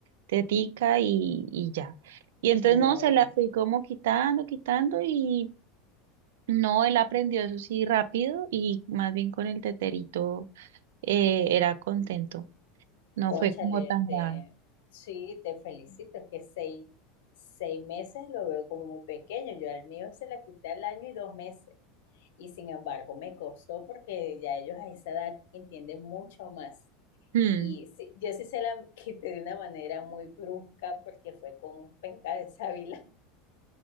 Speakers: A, on the right (about 80°); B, on the left (about 70°).
A: tetica y, y ya. Y entonces
B: No,
A: no, se
B: y
A: la fui como quitando, quitando y no, él aprendió eso sí rápido y más bien con el teterito eh, era contento. No
B: cónchale,
A: fue como tan grave.
B: te, sí, te felicito. Es que seis, seis meses lo veo como muy pequeño. Yo al mío se la quité al año y dos meses. Y sin embargo, me costó porque ya ellos a esa edad entienden mucho más.
A: Mm,
B: Y sí, yo sí se la quité de una manera muy brusca porque fue con penca de sábila. <laughs>